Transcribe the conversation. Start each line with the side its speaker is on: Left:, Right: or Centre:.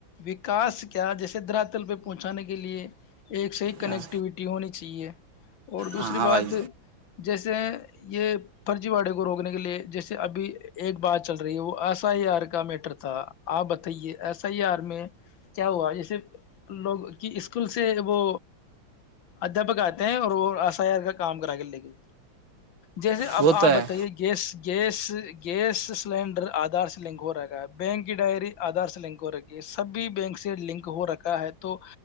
Left: وکاس کیا جیسے دراتل پہ پہنچانے کے لیے <unintelligible> ایک صی کنیکٹیویٹی
Right: ہاں
Left: ہونے کی <unintelligible> چی ہے اور دوسری
Right: ہاں
Left: بات
Right: بھائی
Left: جیسے یہ فرجی واڑے کو روکنے کے لیے جیسے ابھی <unintelligible> ایک بات چل رہی ہے وہ ایس آئی آر کا میٹر تھا آپ بتائیے ایس آئی آر میں کیا ہوا جیسے لوگ کی اسکول سے وہ ادھیاپک آتے ہیں اور وہ ایس آئی آر کا کام کرا کے لے کے جیسے اب
Right: وہ
Left: آپ
Right: تو ہے
Left: بتائیے gas gas gas cylinder Aadhaar سے لنک ہو رہا بینک کی ڈائری آدھار سے لک ہو رکی ہے سب بھی بینک سے لنک ہو را ہے تو